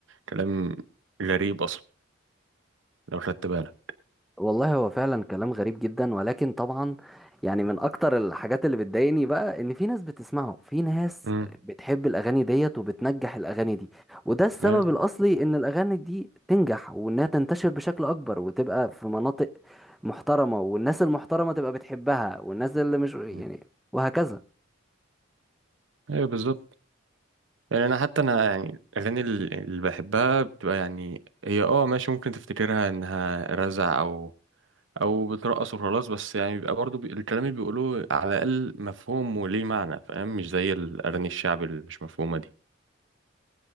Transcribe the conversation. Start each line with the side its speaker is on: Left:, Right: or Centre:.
Right: كلام غريب اصلا لو خدت بالك
Centre: والله هو فعلا كلام غريب جدا ولكن طبعا يعني من اكتر الحاجات اللي بتضايقني بقى ان في ناس بتسمعه في ناس
Right: امم
Centre: بتحب الاغاني ديت وبتنجح الاغاني دي وده السبب
Right: ايوه
Centre: الاصلي ان الاغاني دي تنجح وانها تنتشر بشكل اكبر وتبقى في مناطق محترمة والناس المحترمة تبقى بتحبها والناس اللي مش يعني
Right: مم.
Centre: وهكذا
Right: ايوه بالظبط يعني انا حتى انا يعني الاغاني ال- اللي بحبها بتبقى يعني هي اه ماشي ممكن تفتكرها انها رزع او او بترقص وخلاص بس يعني بيبقى برضه بي... الكلام اللي بيقولوه على الاقل مفهوم وليه معنى فاهم مش زي الاغاني الشعب اللي مش مفهومه دي